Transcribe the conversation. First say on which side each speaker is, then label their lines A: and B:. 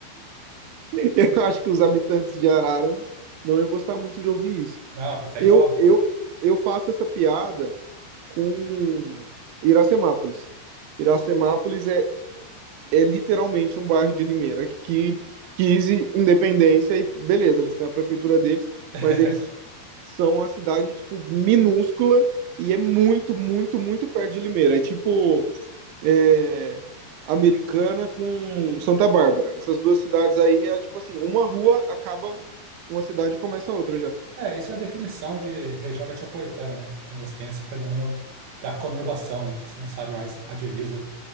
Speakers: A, on the right; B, on the right.
A: <laughs> Eu acho que os habitantes de Araras não iam gostar muito de ouvir isso.
B: Não, aqui tá
A: Eu,
B: em off.
A: eu, eu faço essa piada com Iracemápolis. Iracemápolis é, é literalmente um bairro de Limeira que quis independência e beleza, eles têm a prefeitura deles,
B: <laughs>
A: mas eles são uma cidade tipo minúscula e é muito, muito, muito perto de Limeira. É tipo é, Americana com Santa Bárbara. Essas duas cidades aí é tipo assim, uma rua acaba uma cidade e começa a outra já.
B: É, isso é a definição de região metropolitana, né? Quando você tem esse fenômeno da conurbação, em que você não sabe mais a divisa